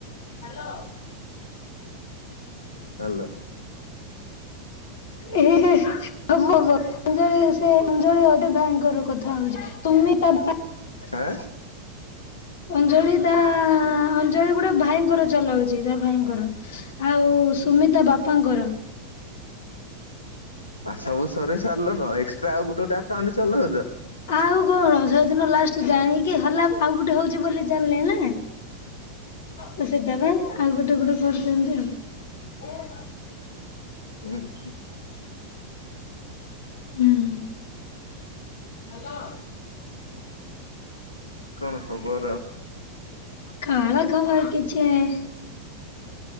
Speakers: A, on the left; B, on the left.
A: ହାଲୋ।
B: ହେଲା।
A: ଏ ହେ ହେ। <inaudible> ଅଞ୍ଜଳି ସେ ଅଞ୍ଜଳି <unintelligible> ଭାଇଙ୍କର କଥା ହଉଛି ସୁମି ତା
B: ଆଁ।
A: ଅଞ୍ଜଳି ତା ଅଞ୍ଜଳି ଗୁଡା ଭାଇଙ୍କର ଚଲାଉ ଜେଦା ଭାଇଙ୍କର ଆଉ ସୁମି ତା ବାପାଙ୍କର
B: ଆ ସବୁ ସରେଇ ସାରିଲ ନ ଏକ୍ସଟ୍ରା ଆଉ ଗୋଟେ ଗୋଟେ କାଉଣ୍ଟ ଚଲଉଚ।
A: ଆଉ କଣ ଯୋଉ ଦିନ ଲାଷ୍ଟ ଜାଣିକି ହଲା ଆଉ ଗୋଟେ ହଉଚି ବୋଲି ଜାଣିଲେ ନା। ତ ସେଟା ପାଇଁ ଆଉ ଗୋଟେ ଗୋଟେ କରୁଛନ୍ତି ଆଉ। <unintelligible>
B: ଉଁ ହୁଁ।
A: ହୁଁ ହୁଁ ହାଲୋ।
B: କଣ ଖବର ଆଉ।
A: କଁ ହେଲା ଖବର କିଛି ନାହିଁ।